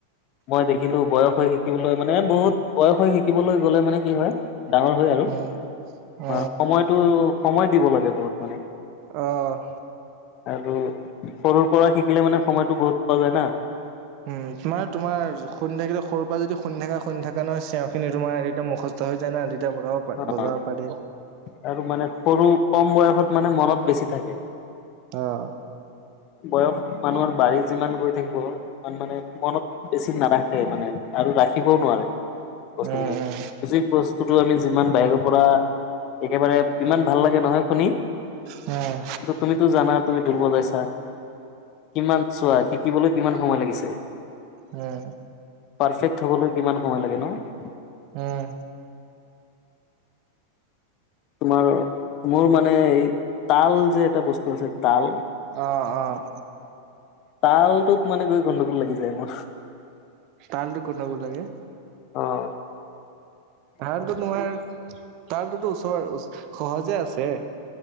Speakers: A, on the left (about 40°); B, on the right (about 40°).
A: মই দেখিলোঁ বয়স হৈ শিকিবলৈ মানে, বহুত বয়স হৈ শিকিবলৈ গ'লে মানে কি হয় ডাঙৰ হয় আৰু। <unintelligible>
B: উম, অ
A: সময়টো, সময় দিব লাগে বহুত মানে।
B: অ'।
A: আৰু সৰুৰ পৰা শিকিলে মানে সময়টো বহুত পোৱা যায় না।
B: উম, তোমাৰ তোমাৰ শুনি থাকিলে, সৰুৰ পৰা যদি শুনি থাকা শুনি থকা নয় চেঞৰখিনি তোমাৰ একদম মুখত স্ত হৈ যায় না তেতিয়া বজাব প
A: অ'
B: বজাব পাৰি
A: আৰু মানে সৰু কম বয়সত মানে মনত বেছি থাকে।
B: অ'।
A: বয়স মানুহৰ বাঢ়ি যিমান গৈ থাকিব ইমান মানে মনত বেছি নাৰাখে মানে আৰু ৰাখিবও নোৱাৰে বস্তুখিনি।
B: উম উম
A: যি বস্তুটো আমি যিমান বাহিৰৰ পৰা একেবাৰে, ইমান ভাল লাগে নহয় শুনি।
B: হয়।
A: <unintelligible> তুমিতো জানা তুমি দুৰ্বল হৈ আছা। কিমান চোৱা, শিকিবলৈ কিমান সময় লাগিছে।
B: হয়।
A: পাৰফেক্ট হ'বলৈ কিমান সময় লাগে ন'।
B: হুম।
A: তোমাৰ মোৰ মানে এই তাল যে এটা বস্তু আছে তাল
B: অ', অ'।
A: তালটোত মানে গৈ গণ্ডগোল লাগি যায় মোৰ।
B: তালটো গণ্ডগোল লাগে?
A: অ'।
B: তালটো তোমাৰ তালটোতো ওচৰ, সহজে আছে।